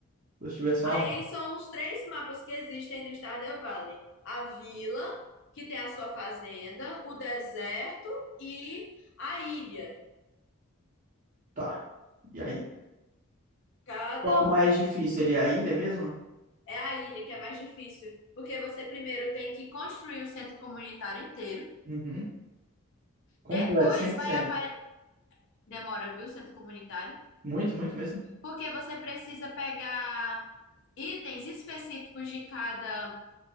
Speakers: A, on the right; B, on the left.
A: só tivesse
B: Aí
A: uma. barca.
B: são os três mapas que existem no Stardew Valley. A vila, que tem a sua fazenda, o deserto e a ilha.
A: Tá. E aí?
B: Cada
A: Qual é o
B: um
A: mais difícil? Ele é a ilha mesmo?
B: é a ilha que é mais difícil, porque você primeiro tem que construir o centro comunitário inteiro.
A: Uhum. Completo,
B: Depois
A: cem por
B: vai
A: cento
B: aparecer. Demora, viu, o centro comunitário?
A: Muito, muito mesmo.
B: Porque você precisa pegar itens específicos de cada,